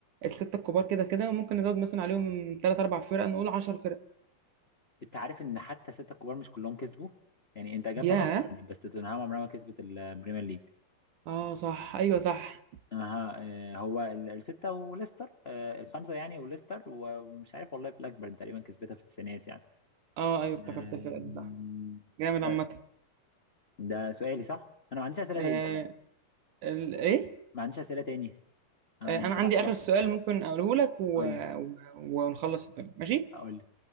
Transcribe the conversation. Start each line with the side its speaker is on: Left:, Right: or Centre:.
Right: الستة الكبار كده كده وممكن نزود مثلا عليهم تلات أربع فرق نقول عشر فرق
Left: انت عارف ان حتى سته الكبار مش كلهم كسبوا يعني انت اجابتك
Right: ياه
Left: غلط يعني بس توتنهام عمرها ما كسبت البريمير ليج
Right: اه صح أيوه صح
Left: اها آه، هو ال- الستة وليستر آه، الخمسة يعني وليستر ومش عارف والله بلاكبيرن تقريبا كسبتها في التسعينات يعني
Right: اه أيوه افتكرت
Left: آم،
Right: الفرقة دي صح جامد
Left: بس
Right: عامة
Left: ده سؤالي صح؟ أنا ما عنديش أسئلة
Right: آه
Left: تاني تقريبا
Right: ال... إيه
Left: ما عنديش أسئلة تاني أنا
Right: آه
Left: يعني
Right: أنا
Left: طبعا
Right: عندي
Left: خلاص
Right: آخر سؤال ممكن أقوله لك و...
Left: قول لي
Right: و... ونخلص الدنيا ماشي
Left: قول لي